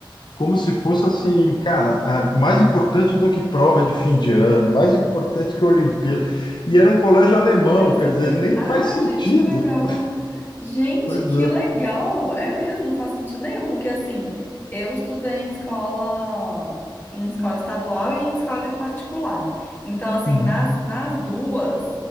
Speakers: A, on the left; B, on the left.
A: como se fosse assim, cara, a- mais importante do que prova de fim de ano, mais importante que a Olimpíada. E era um colégio alemão,
B: Ai, você
A: quer dizer,
B: tem...
A: nem
B: Ai,
A: faz sentido.
B: gente, que legal. Gente,
A: Pois
B: que
A: é.
B: legal! É mesmo, não faz sentido nenhum, porque assim, eu estudei em escola, em escola estadual e em escola particular. Então, assim,
A: Uhum.
B: nas, nas duas,